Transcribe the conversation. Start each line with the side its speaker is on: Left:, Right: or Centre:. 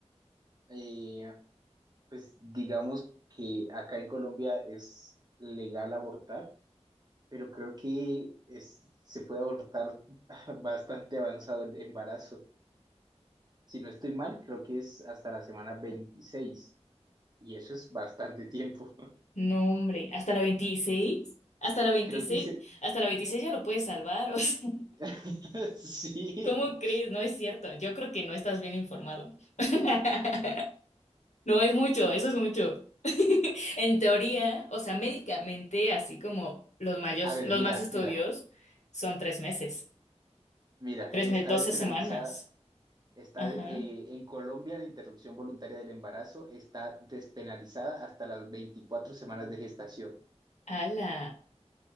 Right: Eh, pues digamos que acá en Colombia es legal abortar. pero creo que es- se puede abortar <laughs> bastante avanzado el embarazo. Si no estoy mal, creo que es hasta la semana 26 y eso es bastante tiempo. <laughs>
Left: No, hombre, hasta la 26 hasta la 26
Right: Creo que se...
Left: hasta la 26 ya lo puedes salvar. <laughs> O sea,
Right: <laughs> sí.
Left: ¿cómo crees? No es cierto. Yo creo que no estás bien informado. <laughs> No es mucho, eso es mucho. <laughs> En teoría, o sea, médicamente, así como los mayos,
Right: A ver,
Left: los
Right: mira,
Left: más estudios,
Right: mira,
Left: son tres meses,
Right: mira,
Left: tres
Right: está
Left: meses, doce
Right: despenalizada,
Left: semanas.
Right: está
Left: Ajá.
Right: eh, en Colombia la interrupción voluntaria del embarazo está despenalizada hasta las 24 semanas de gestación.
Left: ¡Hala!